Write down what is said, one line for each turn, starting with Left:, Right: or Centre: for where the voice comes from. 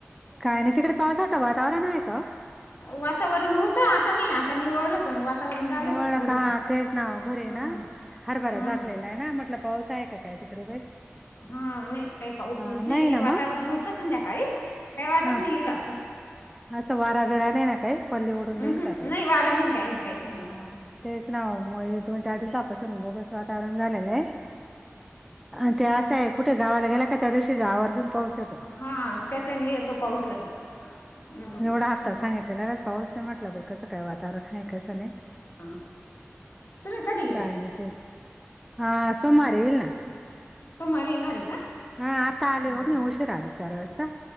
Centre: काय नाही तिकडे पावसाचं वातावरण आहे का?
Left: वातावरण होतं. आता नाही, आता निवळलं. पण वातावरण झालं
Centre: निवळलं
Left: होतं थोडंसं
Centre: का? हा तेचं ना ओ घरी
Left: हां
Centre: ना, हरभरा
Left: हां
Centre: झाकलेला
Left: हां
Centre: हाय ना, म्हटल पाऊस हाय का काय तिकडं बाई?
Left: हा नाही काही पाऊस
Centre: हा
Left: बिऊस नाहीये,
Centre: नाही ना
Left: वातावरण
Centre: मग
Left: होतं संध्याकाळी. काही वाटत
Centre: हा
Left: नाही येईल असं.
Centre: असं वारा बिरा नाही ना काही? पल्ली उडून
Left: उहुं,
Centre: जाईल का काय?
Left: नाही वारा नाही काही नाही काहीच नाही
Centre: हा तेच ना ओ, म हे दोन चार दिवसापासून बोगस वाता तारण झालेलय अ ते आसं हे, कुठे गावाला गेला का, त्या दिवशी आवर्जून पाऊस येतो.
Left: हा त्याच्याने येतो. पाऊस लगेच हू.
Centre: थोडा हाता सांगितलेल्या लगेच पाऊस नाही म्हटला बाई, कसं काय वातावरण हाय, कसं नाही.
Left: आं. तुम्ही कधी गेल्या?
Centre: काय नाही ते हा सोमारी इल् ना.
Left: सोमारी येणार ये का?
Centre: हा आता आले
Left: बरं
Centre: हो. मी उशीरा आली चार वाजता.